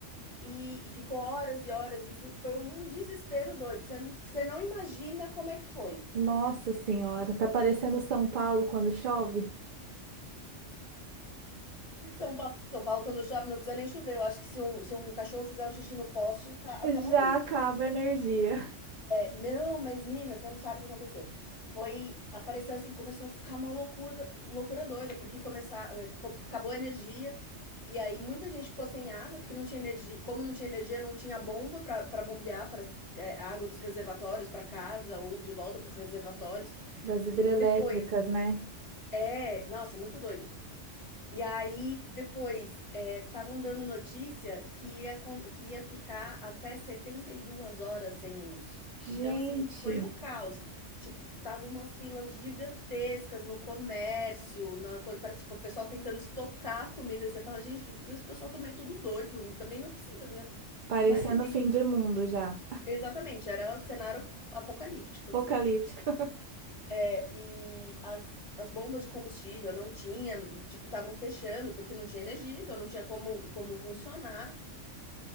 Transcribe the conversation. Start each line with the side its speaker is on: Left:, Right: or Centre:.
Left: e, e ficou horas e horas e foi, foi um desespero doido. Você não, você não imagina como é que foi.
Right: Nossa Senhora, tá parecendo São Paulo quando chove?
Left: São Paulo, São Paulo, quando chove, não precisa nem chover. Eu acho que se um, se um cachorro fizer o xixi no poste, ca- acaba
Right: Já
Left: a luz.
Right: acaba a energia.
Left: Não, mas menina, você não sabe o que aconteceu. Foi, apareceu assim, começou a ficar uma loucura, loucura doida, porque começar, eh, acabou a energia. E aí muita gente ficou sem água, porque não tinha energia, como não tinha energia, não tinha bomba pra pra bombear para a água dos reservatórios para casa ou de volta para os reservatórios.
Right: Das hidrelétricas,
Left: Depois,
Right: né?
Left: é, nossa, muito doido. E aí, depois, eh, estavam dando notícia que ia acon que ia ficar até 72 horas sem luz.
Right: Gente,
Left: Então, assim, foi o caos. Tipo, tava umas filas gigantescas no comércio, na coisa para tipo, o pessoal tentando estocar a comida. você fala: "Gente, que que esse pessoal também é tudo doido, também não precisa, né?"
Right: parecendo
Left: Né, nem
Right: o fim do mundo já.
Left: exatamente, era o cenário apocalíptico,
Right: Apocalíptico.
Left: assim.
Right: <laughs>
Left: É, e as, as bombas de combustível não tinha, tipo, estavam fechando porque não tinha energia, então não tinha como, como funcionar.